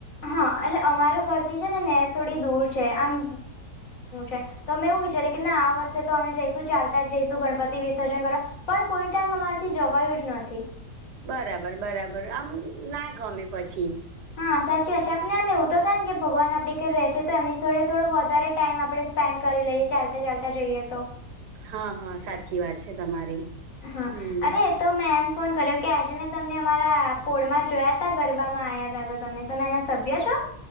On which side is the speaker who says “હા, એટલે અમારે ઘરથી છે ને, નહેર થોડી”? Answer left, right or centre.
Left